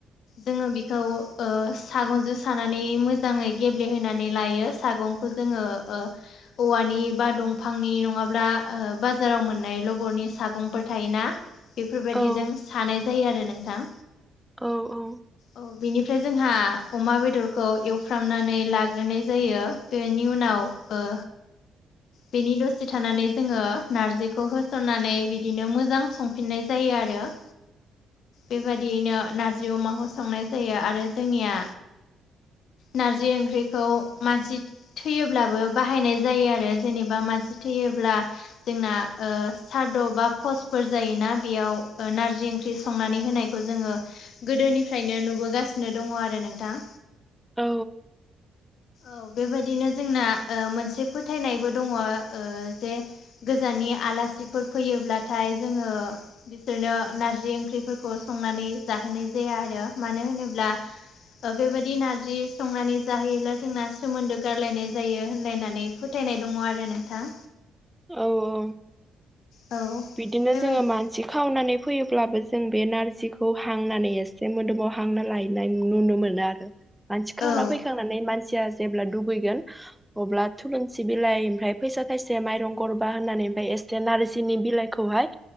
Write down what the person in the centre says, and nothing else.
औ
औ औ
औ
औ औ।
बिदिनो
जोङो मान सि खावनानै फैयोब्लाबो जों बे नारजिखौ हांनानै एसे मोदोमाव हांना लाहैनाय नुनो मोनो आरो। मानसि खावना
फैखांनानै मानसिया जेब्ला दुबैगोन अब्ला थुलुनसि बिलाइ ओमफाय पैसा थायसे मायरं गरबा होननानै ओमफाय एसे नारजिनि बिलाइखौहाय